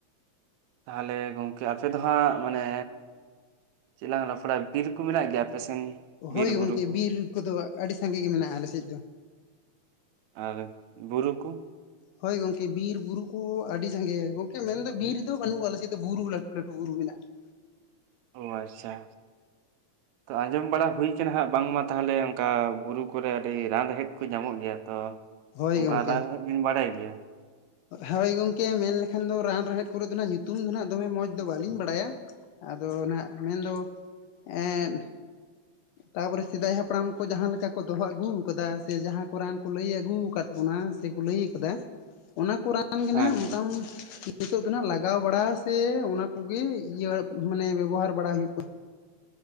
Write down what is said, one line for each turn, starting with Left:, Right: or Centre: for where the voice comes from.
Right: ᱛᱟᱦᱟᱞᱮ ᱜᱚᱢᱠᱮ ᱟᱯᱮ ᱫᱚ ᱦᱟᱸᱜ ᱢᱟᱱᱮ ᱪᱮᱫᱞᱟᱝ ᱨᱚᱯᱚᱲᱟ ᱵᱤᱨ ᱠᱩ ᱢᱮᱱᱟᱜ ᱜᱮᱭᱟ ᱟᱯᱮ ᱥᱮᱱ? ᱵᱤᱨ
Left: ᱦᱳᱭ ᱜᱚᱢᱠᱮ
Right: ᱵᱩᱨᱩ ᱠᱚ
Left: ᱵᱤᱨ ᱠᱚᱫᱚ ᱟᱹᱰᱤ ᱥᱟᱸᱜᱤ ᱜᱮ ᱢᱮᱱᱟᱜᱼᱟ ᱟᱞᱮ ᱥᱮᱫ ᱫᱚ᱾
Right: ᱟᱨ ᱵᱩᱨᱩ ᱠᱩ
Left: ᱦᱳᱭ ᱜᱚᱢᱠᱮ ᱵᱤᱨ ᱵᱩᱨᱩ ᱠᱩ ᱟᱹᱰᱤ ᱥᱟᱸᱜᱮ ᱜᱚᱝᱠᱮ ᱢᱮᱱᱫᱚ ᱵᱤᱨ ᱫᱚ ᱵᱟᱹᱱᱩᱜ-ᱟ ᱟᱞᱮ ᱥᱮᱫ ᱫᱚ ᱵᱩᱨᱩ ᱞᱟᱹᱴᱩ ᱞᱟᱹᱴᱩ ᱵᱩᱨᱩ ᱢᱮᱱᱟᱜ-ᱟ ᱾
Right: ᱳ ᱟᱪᱪᱷᱟ᱾ ᱛᱚ ᱟᱸᱡᱚᱢ ᱵᱟᱲᱟ ᱦᱩᱭ ᱠᱟᱱᱟ ᱦᱟᱸᱜ ᱵᱟᱝᱢᱟ ᱛᱟᱦᱚᱞᱮ ᱚᱱᱠᱟ ᱵᱩᱨᱩ ᱠᱚᱨᱮ ᱟᱹᱰᱤ ᱨᱟᱱ ᱨᱮᱦᱮᱫ ᱠᱩ ᱧᱟᱢᱚᱜ ᱜᱮᱭᱟ ᱛᱚ?
Left: ᱦᱳᱭ
Right: ᱚᱱᱠᱟ
Left: ᱜᱚᱝᱠᱮ
Right: ᱨᱟᱱ <inaudible> ᱵᱟᱲᱟᱭ‌ ᱜᱤᱭᱟ᱾
Left: ᱦᱳᱭ ᱜᱚᱝᱠᱮ ᱢᱮᱱᱞᱮᱠᱷᱟᱱ ᱫᱚ ᱨᱟᱱ ᱨᱮᱦᱮᱫ ᱠᱚᱨᱮ ᱫᱚ ᱱᱟᱜ ᱧᱩᱛᱩᱢ ᱫᱚ ᱱᱟᱜ ᱫᱚᱢᱮ ᱢᱚᱸᱡᱽ ᱫᱚ ᱵᱟᱹᱞᱤᱧ ᱵᱟᱲᱟᱭᱟ᱾ ᱟᱫᱚ ᱱᱟᱜ ᱢᱮᱱᱫᱚ ᱮᱸᱫ ᱛᱟᱯᱚᱨᱮ ᱥᱮᱫᱟᱭ ᱦᱟᱯᱲᱟᱢ ᱠᱚ ᱡᱟᱦᱟᱸ ᱞᱮᱠᱟ ᱠᱚ ᱫᱚᱦᱚ ᱟᱹᱜᱩ ᱟᱠᱟᱫᱟ ᱥᱮ ᱡᱟᱦᱟᱸ ᱠᱚ ᱨᱟᱱ ᱠᱚ ᱞᱟᱹᱭ ᱟᱹᱜᱩ ᱟᱠᱟᱫ ᱵᱚᱱᱟ <unintelligible> ᱞᱟᱹᱭ ᱠᱟᱫᱟ ᱚᱱᱟ ᱠᱚ ᱨᱟᱱ ᱜᱮ
Right: ᱦᱮᱸ
Left: ᱦᱟᱜ
Right: ᱦᱮᱸ
Left: <unintelligible> ᱱᱤᱛᱚᱜ ᱫᱚ ᱱᱟᱦᱟᱜ ᱞᱟᱜᱟᱣ ᱵᱟᱲᱟ ᱥᱮ ᱚᱱᱟ ᱠᱚᱜᱮ ᱤᱭᱟᱹ ᱢᱟᱱᱮ ᱵᱮᱵᱽᱦᱟᱨ ᱵᱟᱲᱟ ᱦᱩᱭᱩᱜ ᱠᱟᱱᱟ